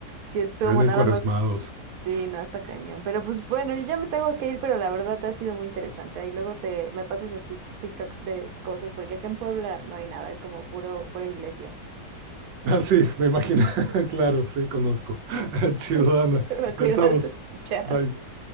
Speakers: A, on the right; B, on the right.
A: si es como
B: vienen
A: nada
B: cuaresmados.
A: más
B: <laughs>
A: Sí, no, está cañón. Pero pues bueno, yo ya me tengo que ir, pero la verdad ha sido muy interesante. Ahí luego te me pasas los tic- TikToks de cosas, porque aquí en Puebla no hay nada, es como puro, pura iglesia.
B: Ah, sí, me imagino. <laughs> Claro, sí, conozco. <laughs> Chido,
A: <laughs>
B: Ana. Ahí
A: Cuídate.
B: estamos.
A: Chao.
B: Bye.